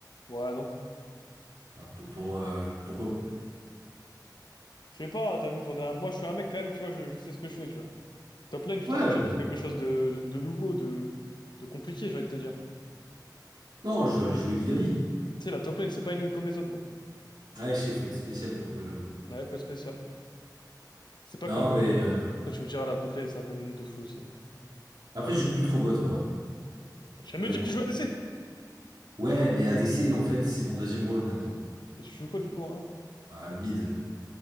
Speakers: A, on the left; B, on the right.
A: vois. Ouais, non.
B: Bah, Pour, pour, euh, pourquoi
A: Je sais pas, t'as vu, toi, t'as- moi, je suis un mec, quand même, tu vois, je, je sais ce que je fais, tu vois. Top lane, tu
B: Ouais,
A: t'aventures
B: euh,
A: dans quelque chose de, de, de nouveau, de, de compliqué, j'ai envie de te dire.
B: non, je vais aller jouer Nidalee.
A: Tu sais, la top lane, c'est pas une lane comme les autres, gros.
B: Ouais, je sais, faut être spécial pour jouer là-haut.
A: Ouais, faut être spécial. C'est pas
B: Non,
A: comme. euh,
B: mais
A: Après,
B: euh,
A: tu me diras, la botlane, c'est un peu une ligne de fou aussi.
B: après, je joue plus trop bot en vrai.
A: Tu viens de
B: Ça
A: me
B: dépend.
A: dire que tu joues à ADC!
B: Ouais, mais ADC, en fait, c'est mon deuxième rôle maintenant.
A: Et tu joues quoi du coup, hein?
B: Bah, mid.